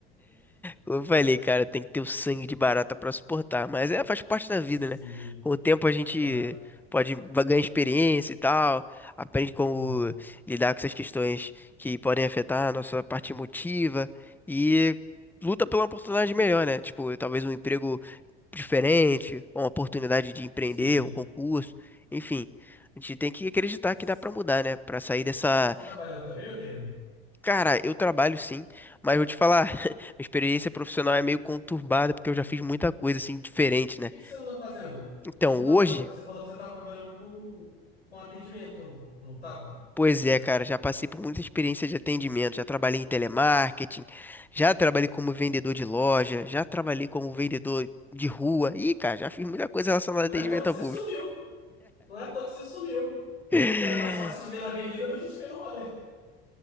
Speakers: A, in the centre; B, on the left (about 90°).
A: Como eu falei, cara, tem que ter o sangue de barata pra suportar, mas é, faz parte da
B: Sim,
A: vida, né? Com o tempo a
B: faz
A: gente
B: parte.
A: pode va- ganhar experiência e tal, aprende como
B: Uhum.
A: lidar com essas questões que podem afetar a nossa parte emotiva e luta pela oportunidade melhor, né? Tipo, talvez um emprego diferente, ou uma oportunidade de empreender,
B: Sim.
A: um concurso, enfim. A gente tem que acreditar
B: Você
A: que dá pra mudar, né? Pra sair dessa
B: tá trabalhando também, meu querido? O
A: Cara, eu trabalho sim, mas vou te falar, <laughs> minha experiência profissional é meio conturbada porque eu já fiz muita coisa assim diferente, né?
B: que que você andou fazendo?
A: Então,
B: Você não tava,
A: hoje,
B: traba- você falou que você estava trabalhando com, com atendimento, não estava? O
A: pois
B: que aconteceu?
A: é, cara, já passei por muita experiência de atendimento, já trabalhei em telemarketing, já trabalhei como vendedor de loja, já trabalhei como vendedor de rua. Ih, cara, já fiz muita coisa relacionada
B: Não
A: a atendimento
B: é à toa que
A: ao
B: você
A: público.
B: sumiu. Não é à toa que você sumiu.
A: <laughs>
B: <laughs> Era mais fácil te ver na avenida do que te ver no rolê.